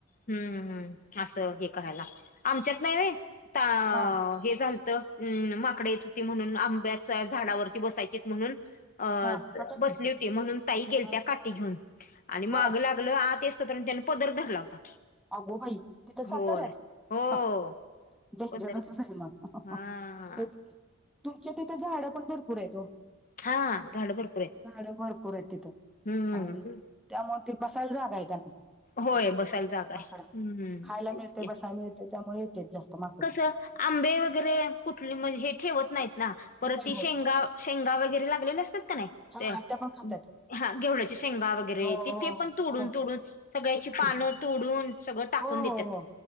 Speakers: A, on the left; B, in the centre.
A: हम्म असं हे करायला लागत आमच्यात नाय व्हय ता
B: हा
A: ते झालत अम्म माकड येत होती म्हणून आंब्याच्या झाडावरती बसायचीत म्हणून अ
B: हा हटा
A: बसली
B: की
A: होती म्हणून ताई गेलत्या
B: हा
A: काठी घेऊन आणि
B: बर
A: माग लाग ल आत येउस्तवर पर्यंत त्यानी पदर धरला होता.
B: अगो बई! तिथं
A: होय
B: साताऱ्यात
A: हो
B: ह डेंजर
A: पदर
B: असं <unintelligible>
A: हा
B: तेच की तुमच्या तिथं झाडं पण भरपूर आहेत ओ
A: हा झाड भरपूर आहेत.
B: झाड भरपूर आहेत तिथं
A: हम्म
B: आणि त्यामुळे ते बसायला जागा आहे त्यांना.
A: होय बसायला जागा आहे
B: माकडा
A: हम्म
B: खायला
A: तेच
B: मिळते,
A: की
B: बसाय मिळते, त्यामुळे येतेेत जास्त. माकडं
A: कसं आंबे वगैरे कुठले म्हणजे हे ठेवत नाहीत ना. परत
B: होय
A: ती शेंगा
B: होय
A: शेंगा वगैरे लागलेले असतात का नाही?
B: हा
A: ते
B: आत्या पण खात्यात
A: हा घेवड्याच्या शेंगा वगैरे
B: हो
A: येत
B: हो
A: ते पण तोडून
B: हो हो.
A: तोडून सगळ्याची
B: तेच
A: पानं
B: की
A: तोडून सगळं टाकून
B: हो,
A: देतात
B: हो, हो